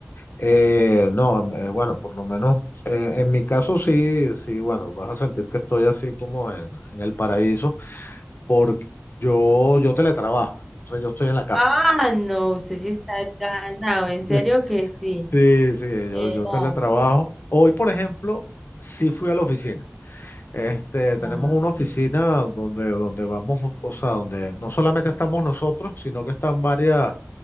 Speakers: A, on the left; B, in the centre.
A: Eh, no, em, eh, bueno, por lo menos eh, en mi caso sí, sí, bueno, vas a sentir que estoy así como en, en el paraíso, porque yo, yo teletrabajo, entonces yo estoy en la casa.
B: Ah, no, usted sí está ganado,
A: <laughs>
B: en serio que sí.
A: Sí, sí, yo,
B: Eran.
A: yo teletrabajo. Hoy, por ejemplo, sí fui a la oficina. Este, tenemos
B: Ah,
A: una
B: ok.
A: oficina donde, donde vamos, o sea, donde no solamente estamos nosotros, sino que están varias,